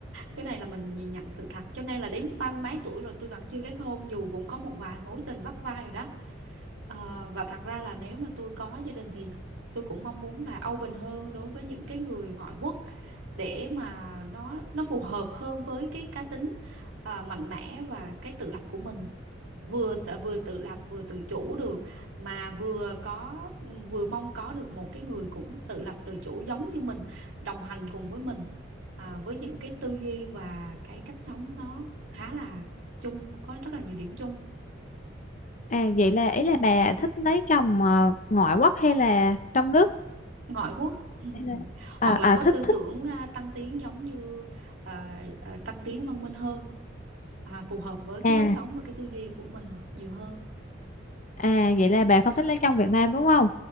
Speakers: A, on the right; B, on the left.
A: Cái này là mình nhìn nhận sự thật. Cho nên là đến ba mươi mấy tuổi rồi tôi vẫn chưa kết hôn dù cũng có một vài mối tình vắt vai rồi đó. Ờ, và thật ra là nếu mà tôi có gia đình thì tôi cũng mong muốn là open hơn đối với những cái người ngoại quốc để mà nó nó phù hợp hơn với cái cá tính à, mạnh mẽ và cái tự lập của mình vừa tự- vừa tự lập vừa tự chủ được mà vừa có vừa mong có được một cái người cũng tự lập tự chủ giống như mình đồng hành cùng với mình à, với những cái tư duy và cái cách sống nó khá là chung có rất là nhiều điểm chung
B: À, vậy là ý là bà thích lấy chồng ờ, ngoại quốc hay là trong nước?
A: ngoại quốc <laughs>
B: Thế là-
A: hoặc
B: à,
A: là
B: à
A: có
B: thích
A: tư
B: thích
A: tưởng à, tăng tiến giống như à, à, tăng tiến văn minh hơn à, phù hợp với cái
B: à
A: lối sống và cái tư duy của mình nhiều hơn
B: à vậy là bà không thích lấy chồng Việt Nam đúng không